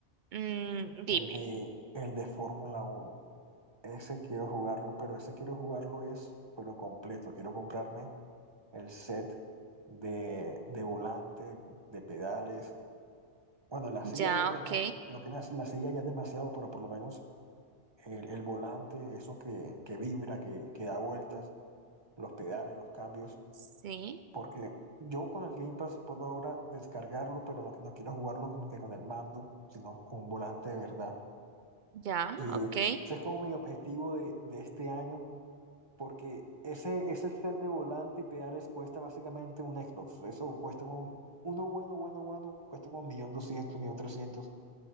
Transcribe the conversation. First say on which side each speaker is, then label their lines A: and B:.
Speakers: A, on the right (about 60°); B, on the right (about 25°).
A: Mm, dime,
B: El de, el de Fórmula uno Ese quiero jugarlo, pero ese quiero jugarlo es, pero completo. Quiero comprarme el set de, de volante, de pedales. Bueno, la
A: ya,
B: silla creo que
A: ok,
B: no, creo que la, la silla ya es demasiado, pero por lo menos el, el volante, eso que, que vibra, que, que da vueltas, los pedales, los cambios,
A: sí,
B: porque yo con el Game Pass puedo ahora descargarlo, pero no, no quiero jugarlo como que con el mando, sino con un volante de verdad.
A: ya,
B: Y
A: ok.
B: ese es como mi objetivo de, de este año, porque ese, ese set de volante y pedales cuesta básicamente un Xbox. Eso cuesta como, uno bueno, bueno, bueno, cuesta como un millón doscientos millón trescientos